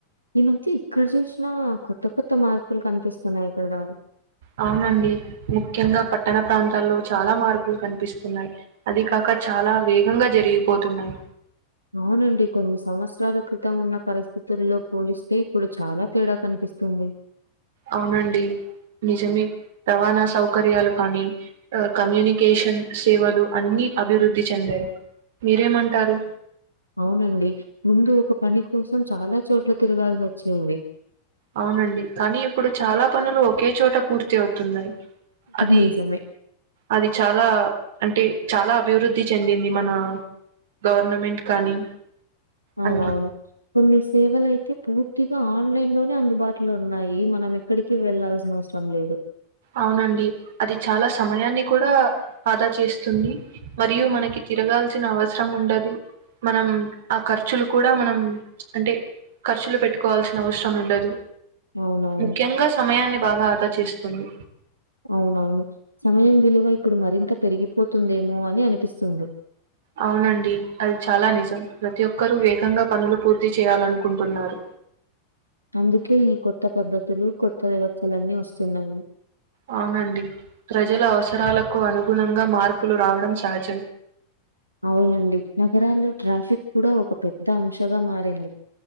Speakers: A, on the right (about 85°); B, on the right (about 55°).
A: ఈ మధ్య ఇక్కడ చూసినా కొత్త కొత్త మార్పులు కనిపిస్తున్నాయి కదా
B: అవునండి ముఖ్యంగా పట్టణ ప్రాంతాల్లో చాలా మార్పులు కన్పిస్తున్నాయి అదీ కాక చాలా వేగంగా జరిగిపోతున్నాయి
A: అవునండి కొన్ని సంవత్సరాల క్రితం ఉన్న పరిస్థితుల్లో పోలిస్తే ఇప్పుడు చాలా తేడా కనిపిస్తుంది
B: అవునండి నిజమే రవాణా సౌకర్యాలు కానీ ఆ కమ్యూనికేషన్ సేవలు అన్నీ అభివృద్ధి చెందాయి మీరేం అంటారు
A: అవునండి ముందు ఒక పని కోసం చాలా చోట్ల తిరగాల్సి వచ్చేది
B: అవునండి కానీ ఇప్పుడు చాలా పనులు ఒకే చోట పూర్తి అవుతున్నాయి అది
A: నిజమే.
B: అది చాలా అంటే చాలా అభివృద్ధి చెందింది మన గవర్నమెంట్ కానీ
A: అవునవును
B: అన్ని
A: కొన్ని సేవలు అయితే పూర్తిగా ఆన్లైన్ లోనే అందుబాటులో ఉన్నాయి మనం ఎక్ క్కడికి వెళ్లాల్సిన అవసరం లేదు
B: అవునండి అది చాలా సమయాన్ని కూడా ఆదా చేస్తుంది మరియు మనకి తిరగాల్సిన అవసరం ఉండదు మనం ఆ ఖర్చులు కూడా మనం అంటే ఖర్చులు పెట్ ట్టుకోవాల్సిన అవసరం ఉండదు
A: అవునవును.
B: ముఖ్యంగా సమయాన్ని బాగా ఆదా చేస్తుంది
A: అవునవును సమయం విలువ ఇప్పుడు మరింత పెరిగిపోతుందేమో అని అనిపిస్తుంది.
B: అవునండి అది చాలా నిజం ప్రతి ఒక్కరు వేగంగా పనులు పూర్తి చేయాలనుకుంటున్నారు.
A: అందుకే ఈ కొత్త పద్ధతులు కొత్త వ్యవచ్చలన్నీ వస్తున్నాయి
B: అవునండి ప్రజల అవసరాలకు అనుగుణంగా మార్పులు రావడం సహజం.
A: అవునండి నగరాల్లో ట్రాఫిక్ కూడా ఒక పెద్ద అంశగా మారింది